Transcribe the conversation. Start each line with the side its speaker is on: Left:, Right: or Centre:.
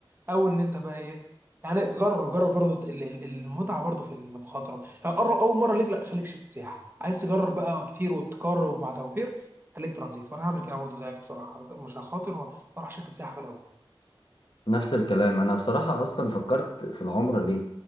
Right: او ان انت بقى ايه يعني جرب جرب برضه ال- ال- المتعه برضه في المخاطره لو قرب اول مره ليك لا خليك شركه سياحه عايز تجرب بقى كتير وتكرر مع توفير خليك ترانزيت وانا هعمل كده برضه زيك بصراحه مش هخاطر واروح شركه سياحه في الاول
Left: نفس الكلام أنا بصراحة أصلا فكرت في العمرة ليه